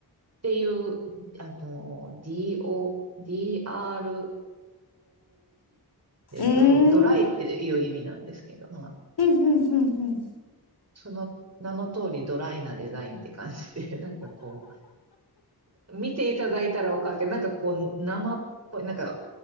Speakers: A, on the right; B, on the left.
A: ていう、あの、DO、DROOG <laughs> で、
B: うーん。
A: ドロ、ドライっていう意味なんですけど、
B: うん
A: まあ、
B: うんうんうん。
A: その名の通りドライなデザインって感じで、<laughs> なんかこう、見ていただいたらわかるけど、なんかこう、生っぽい、なんか